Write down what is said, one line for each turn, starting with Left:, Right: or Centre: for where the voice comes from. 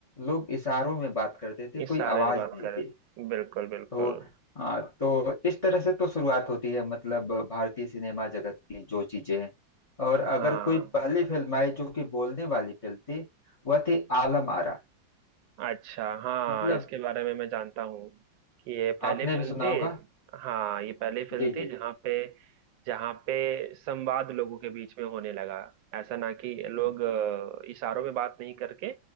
Left: लोग इशारों में बात करते थे
Right: इस
Left: कोई
Right: सारे
Left: आवाज
Right: में बात
Left: नहीं
Right: करें
Left: थी
Right: बिल्कुल बिल्कुल
Left: तो आ, तो इस तरह से तो शुरुआत होती है मतलब भारतीय सिनेमा जगत की जो चीजें हैं और
Right: हाँ
Left: अगर कोई पहली फिल्म आई जो कि बोलने वाली फिल्म थी वह थी आलम आरा
Right: अच्छा हाँ
Left: मतलब
Right: इसके बारे में मैं जानता हूँ कि ये पहली
Left: आपने
Right: फिल्म
Left: भी सुना
Right: थी
Left: होगा
Right: हाँ ये पहली फिल्म
Left: जी
Right: थी जहाँ पे जहाँ पे संवाद लोगों के बीच में होने लगा ऐसा ना कि लोग
Left: जी
Right: अ, इशारों में बात नहीं करके